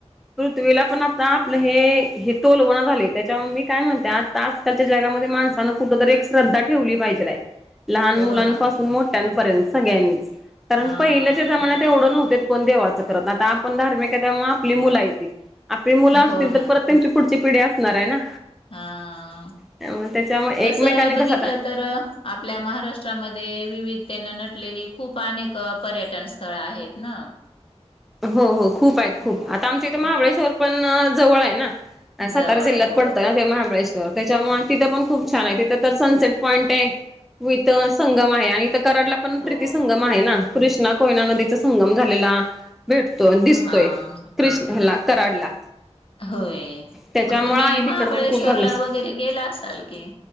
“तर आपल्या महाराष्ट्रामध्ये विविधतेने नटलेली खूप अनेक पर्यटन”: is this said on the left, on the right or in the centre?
Left